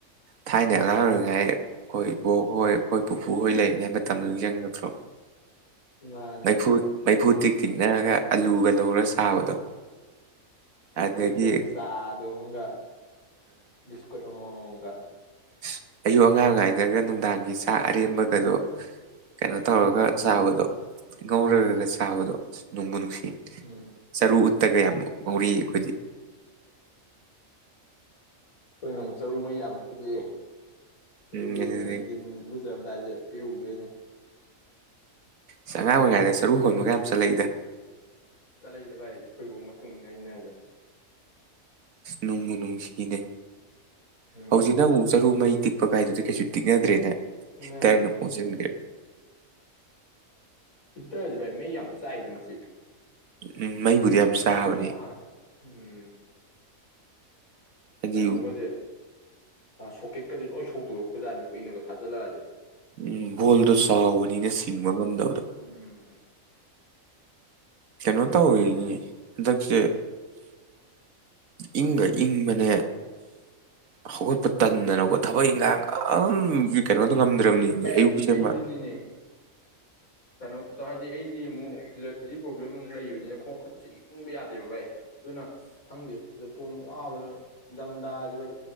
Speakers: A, on the right; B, on the left.
A: ꯊꯥꯏꯅ ꯑꯉꯥꯡ ꯑꯣꯏꯔꯤꯉꯥꯏ ꯈꯣꯏ ꯕꯣꯛ ꯍꯣꯏ ꯑꯩꯈꯣꯏ
B: ꯃꯥꯅꯦ
A: ꯄꯨꯄꯨ ꯍꯣꯏ ꯂꯩꯔꯤꯉꯩꯗ ꯇꯝꯗꯣ ꯅꯤꯡꯖꯪꯉꯛꯇ꯭ꯔꯣ
B: ꯃꯥꯅꯦ
A: ꯃꯩꯐꯨ ꯃꯩꯐꯨ ꯇꯤꯛ ꯇꯤꯛꯅꯒ ꯑꯂꯨꯒ ꯂꯧꯔ ꯆꯥꯕꯗꯣ ꯑꯗꯒꯤ
B: ꯑꯌꯨꯛꯇꯅ ꯆꯥꯗꯝꯒ ꯕꯤꯁꯀꯨꯠ ꯑꯃꯝꯒ
A: ꯑꯁ ꯑꯌꯨꯛ ꯑꯉꯥꯡ ꯑꯣꯏꯉꯥꯏꯗꯒ ꯅꯨꯡꯗꯥꯡꯒꯤ ꯆꯥꯛ ꯑꯔꯦꯝꯕꯒꯗꯣ ꯀꯩꯅꯣ ꯇꯧꯔꯒ
B: ꯎꯝ
A: ꯆꯥꯕꯗꯣ ꯉꯧꯔꯒꯒ ꯁꯥꯕꯗꯣ ꯑ ꯅꯣꯡꯃ ꯅꯨꯡꯁꯤ
B: ꯎꯝ
A: ꯆꯔꯨ ꯇꯒ ꯌꯥꯝ ꯉꯧꯔꯤ ꯑꯩꯈꯣꯏꯗꯤ
B: ꯑꯩꯈꯣꯏꯅꯣꯝ ꯆꯔꯨ ꯃꯩ ꯌꯥꯝ ꯇꯤꯛꯂꯛꯑꯦ
A: ꯎꯝ ꯑꯗꯨꯗꯒꯤ
B: ꯆꯂꯂ ꯌꯥꯝ ꯇꯥꯏꯖꯦ ꯄꯤꯗꯅꯤ
A: ꯆꯉꯥꯡ ꯑꯣꯏꯔꯤꯉꯥꯏꯗꯩ ꯆꯔꯨ ꯍꯣꯟꯕꯒ ꯌꯥꯝ ꯆꯠꯂꯛꯏꯗ
B: ꯆꯠꯂꯛꯏꯗꯣ ꯚꯥꯏꯁꯨ ꯑꯩꯈꯣꯏꯐꯥꯎ ꯃꯇꯨꯡ ꯏꯟꯅ ꯑꯩꯅꯗꯅ
A: ꯅꯨꯡꯒꯤ ꯅꯨꯡ ꯁꯤꯅꯦ
B: ꯎꯝ
A: ꯍꯧꯖꯤꯛꯅ ꯑꯃꯨꯛ ꯆꯔꯨ ꯃꯩ ꯇꯤꯛꯄ ꯀꯥꯏꯗꯨꯗꯤ ꯀꯩꯁꯨ ꯇꯤꯛꯅꯗ꯭ꯔꯦꯅꯦ
B: ꯏꯟꯅꯗ꯭ꯔꯦꯗ
A: ꯏ ꯇꯔꯅ ꯃꯖꯒ
B: ꯍꯤꯠꯇꯔꯁ ꯚꯥꯏ ꯃꯩ ꯌꯥꯝ ꯆꯥꯏꯗ ꯃꯁꯤ
A: ꯎꯝ ꯃꯩꯕꯨꯗꯤ ꯌꯥꯝ
B: ꯃꯩ
A: ꯆꯥꯕꯅꯤ
B: ꯈꯨꯠꯆꯥ ꯎꯝ
A: ꯍꯥꯏꯗꯤ
B: ꯀꯩꯅꯣꯒꯁꯦ ꯁꯣꯀꯦꯠꯀꯁꯦ ꯂꯣꯏ ꯁꯧꯗꯣꯔꯛꯄ ꯖꯠꯅꯤ ꯀꯨꯏꯅꯒ ꯊꯥꯖꯤꯜꯂꯛꯑꯗꯤ
A: ꯎꯝ ꯚꯣꯜꯗꯣ ꯆꯥꯎꯕꯅꯤꯅ ꯁꯤꯡꯕ ꯉꯝꯗꯕꯗꯣ
B: ꯎꯝ
A: ꯀꯩꯅꯣ ꯇꯧꯔꯤꯅꯤ ꯍꯟꯗꯛꯁꯦ ꯏꯪꯕ ꯏꯪꯕꯅꯦ ꯑ ꯍꯧꯒꯠꯄ ꯇꯟꯗꯅꯕꯀ ꯊꯕꯛ ꯏꯪꯈꯥꯡ ꯀꯩꯅꯣ ꯉꯝꯗ꯭ꯔꯕꯅꯤꯅꯦ
B: ꯚꯥꯏ
A: ꯑꯌꯨꯛꯀꯤꯁꯕ
B: ꯑꯩꯁꯨꯅꯤꯅꯦ ꯀꯩꯅꯣ ꯇꯧ ꯍꯥꯏꯗꯤ ꯑꯩꯗꯤ ꯑꯃꯨꯛ ꯑꯦꯂꯔꯖꯤ ꯄ꯭ꯔꯣꯕ꯭ꯂꯦꯝ ꯑꯃꯨꯛ ꯂꯩꯕꯅꯤꯅ ꯈꯣꯡ ꯈꯨꯠꯁ ꯏ ꯏꯪꯕ ꯌꯥꯗꯦꯕ ꯚ ꯑꯩ ꯑꯗꯨꯅ ꯑꯁ ꯈꯪꯗꯦ ꯁꯤꯗ ꯇꯣꯟ ꯋꯥꯕꯗ ꯏꯊꯝꯊꯥꯁꯤꯩ